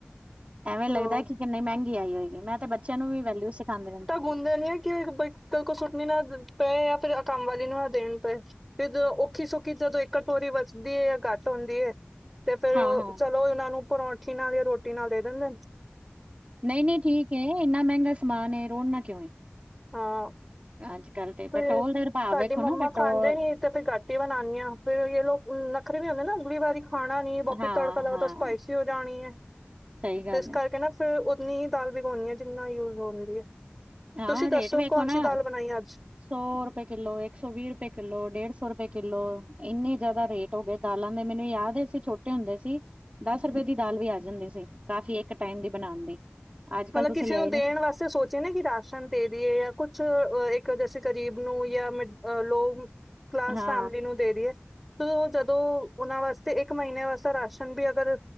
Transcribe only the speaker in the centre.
ਉਹ
ਬੁੰਨਦੇ ਨੀ ਆ ਕਿ ਬ ਕੋਈ ਸੁੱਟਣੀ ਨਾ ਪਏ ਜਾਂ ਫਿਰ ਕੰਮ ਵਾਲੀ ਨੂੰ ਨਾ ਦੇਣ ਪਏ। ਤੇ ਦੋ ਔਖੀ- ਸੌਖੀ ਜਦੋਂ ਇੱਕ ਕਟੋਰੀ ਬਚਦੀ ਹੈ, ਯਾ ਘੱਟ ਆਉਂਦੀ ਹੈ। ਤੇ ਫੇਰ
ਚਲੋ ਇਹਨਾਂ ਨੂੰ ਪਰੌਠੀ ਨਾਲ ਜਾਂ ਰੋਟੀ ਨਾਲ ਦੇ ਦਿੰਦੇ।
ਹਾਂ।
ਉਹੀ
ਤੁਹਾਡੀ
ਮੰਮਾ
ਖਾਂਦੇ ਨੀ ਤੇ ਫੇਰ ਘੱਟ ਹੀ ਬਣਾਉਂਣੀ ਹਾਂ, ਫੇਰ ਇਹ ਲੋਕ ਨਖਰੇ ਵੀ ਹੁੰਦੇ ਨਾ ਅਗਲੀ ਵਾਰੀ ਖਾਣਾ ਨੀ ਵਾਪਿਸ
ਤੜਕਾ ਲਾਓ
ਤਾਂ ਸਪਾਈਸੀ ਹੋ ਜਾਣੀ ਹੈ।
ਤੇ ਇਸ
ਕਰਕੇ ਨਾ ਫੇਰ ਉਨੀ ਹੀ ਦਾਲ ਵਿਗਾਉਣੀ ਆ, ਜਿੰਨਾ ਯੂਜ ਹੁੰਦੀ ਹੈ।
ਤੁਸੀਂ ਦੱਸੋ,
ਕੌਣਸੀ
ਦਾਲ ਬਣਾਈ ਅੱਜ।
ਹਮ
ਮਤਲਬ,
ਕਿਸੇ
ਨੂੰ ਦੇਣ
ਵਾਸ ਸੋਚਏ ਨਾ ਕਿ ਰਾਸ਼ਨ ਦੇ ਦੀਈਏ ਜਾਂ ਕੁਛ ਇੱਕ ਜੈਸੇ ਗ਼ਰੀਬ ਨੂੰ ਜਾਂ ਮੀਡ ਲੋਕ ਕਲਾਸ
ਫੈਮਿਲੀ ਨੂੰ ਦੇ ਦਿਏ। ਜਦੋਂ ਉਹਨਾਂ ਵਾਸਤੇ ਇੱਕ ਮਹੀਨੇ ਵਾਸਤੇ ਰਾਸ਼ਨ ਵੀ ਅਗਰ